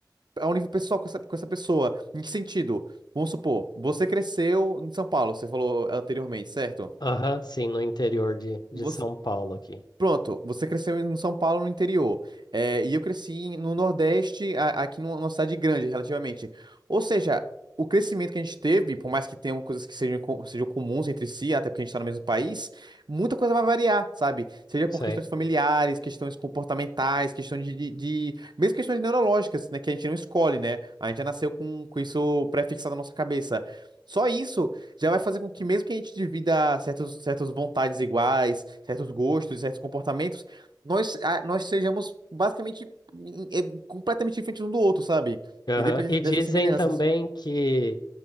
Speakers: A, on the right; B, on the left.
A: a um nível pessoal com essa, com essa pessoa. Em que sentido? Vamos supor, você cresceu em São Paulo, você falou anteriormente, certo?
B: Aham, sim, no interior de, de
A: Você-
B: São Paulo aqui.
A: Pronto, você cresceu em São Paulo, no interior. É, e eu cresci em- no Nordeste, a- aqui numa numa cidade grande, relativamente. Ou seja, o crescimento que a gente teve, por mais que tenham coisas que sejam, co- sejam comuns entre si, até porque a gente está no mesmo país, muita coisa vai variar, sabe? Seja por
B: Sei.
A: questões familiares, questões comportamentais, questões de, de, de- mesmo questões neurológicas, né? Que a gente não escolhe, né? A gente já nasceu com, com isso pré-fixado na nossa cabeça. Só isso já vai fazer com que, mesmo que a gente divida certos, certas vontades iguais, certos gostos, certos comportamentos, nós, ah, nós sejamos basicamente em- eh, completamente diferentes um do outro, sabe?
B: Aham.
A: Independente
B: E dizem
A: dessas semelhanças.
B: também que,